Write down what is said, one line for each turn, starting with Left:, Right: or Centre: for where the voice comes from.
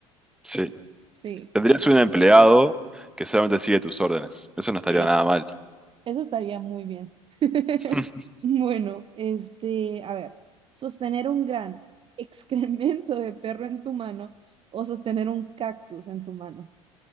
Centre: Sí.
Right: Sí.
Centre: Tendrías un empleado que solamente sigue tus órdenes. Eso no estaría
Right: Sí.
Centre: nada mal.
Right: Eso estaría muy bien. <laughs>
Centre: <laughs>
Right: Bueno, este, a ver, sostener un gran <laughs> excremento de perro en tu mano o sostener un cactus en tu mano.